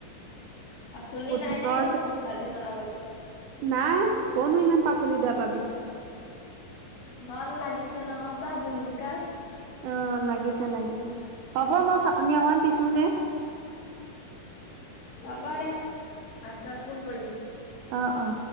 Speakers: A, on the left; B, on the right.
A: পাচলি নাই
B: বুটৰ
A: নে কিনি ভাজি বনাবলৈ।
B: নাই কনো ইমান পাচলি দা পাবি।
A: ঘৰত লাগিছে নহ প ভুল জিকা।
B: অ লাগিছে লাগিছে হ'ব মই চাটনি অকমান পিছোগে।
A: হ'ব দে পাছত ফোন কৰিবি।
B: অ অ